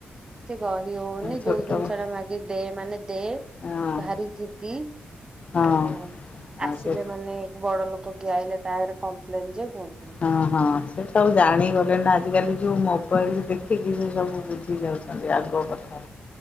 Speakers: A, on the right; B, on the left.
A: କିଛି କହି ହଉନି
B: ଛୋଟ
A: ଯୋଉ ଜିନିଷ
B: ହଁ
A: ଟା ମାଗି ଦେ ମାନେ ଦେ।
B: ହଁ
A: ଭାରି ଯିଦି
B: ହଁ
A: ଆ
B: ଆଉ
A: ଆସିଲେ
B: ସେ
A: ମାନେ ବଡ ଲୋକ ଯିଏ ଆଇଲେ ତାରେ କମ୍ପ୍ଲେନନ୍ ଯେ କୁହନି।
B: ହଁ ହଁ ସେ ସବୁ ଜାଣିଗଲେଣି ନା ଆଜିକାଲି ଯେଉଁ ମୋବାଇଲ ଦେଖିକି ସେ ସବୁ ବୁଝି ଯାଉଛନ୍ତି ଆଗ କଥା।